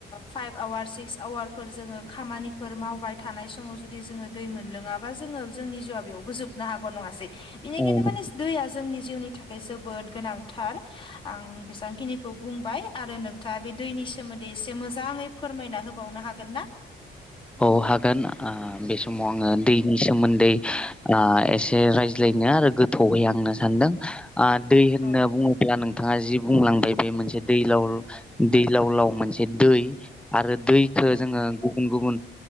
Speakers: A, on the left (about 25°); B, in the centre.
A: फाइफ आवार सिक्स आवारफोर जोङो खामानिफोर मावबाय थानाय समाव जुदि जोङो दै मोनलोङाबा जोङो जोंनि जिउआ बेयावबो जोबनो हागौ नङासै बेनिखायनो
B: नंगौ
A: माने दैया जोंनि जिउनि थाखाय जोबोद गोनांथार आं बेसेबांखिनिखौ बुंबाय आरो नोंथाङा बे दैनि नि सोमोन्दै एसे मोजाङै फोरमायना होबावनो हागोन ना
B: औ हागोन आ बे समाव आङो
A: औ
B: दैनि सोमोन्दै आ एसे रायज्लायनो आरो गोथौहै आंनो सानदों आ दै होनना
A: औ
B: बुङोब्ला नों नोंथाङा जि बुंलांबाय बे मोनसे दैलाव दैलावलाव मोनसे दै आरो दैखो
A: औ
B: जोङो गुबुन गुबुन